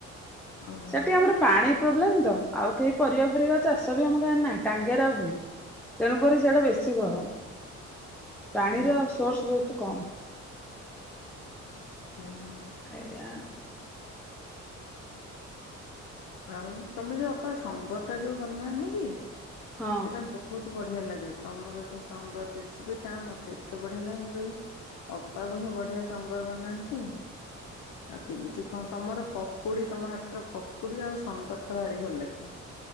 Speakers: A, on the left (about 75°); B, in the centre.
A: ଓହୋ
B: ସେଠି ଆମର ପାଣି ପ୍ରୋବ୍ଲେମ ତ ଆଉ କେହି ପରିବା ଫରିବା ଚାଷ ବି ଆମ କ ନାହିଁ ଟାଙ୍ଗେରା ଭୁଇଁ ତେଣୁକରି ସିଆଡେ ବେଶୀ ଗରମ। ପାଣିର
A: ହୁଁ
B: ସୋର୍ସ ବହୁତ କମ୍
A: ହୁଁ ହୁଁ,
B: ଆଆ <inaudible>
A: ଆଉ ତମେ ଯୋଉ ଅପା ସମ୍ବରଟା ଯୋଉ ବନାନି କି?
B: ହଁ
A: ସେଇଟା ବହୁତ ବଢ଼ିଆ ବଢିଆ ଲାଗେ ତମର ଯେଉଁ ସମ୍ବର ରେସିପିଟା ମୋତେ ଏତେ ବଢ଼ିଆ ଲାଗେ ମୁଁ ଏହି ଅପାପ ହିଁ ବଢ଼ିଆ ସମ୍ବର ବନାନ୍ତି ଆଉ କେମିତି କଣ ତମର ପକୁଡ଼ି ତମ ହାତର ପକୁଡ଼ି ଆଉ ସମ୍ବରଟା ଭାରି ଭଲ ଲାଗେ।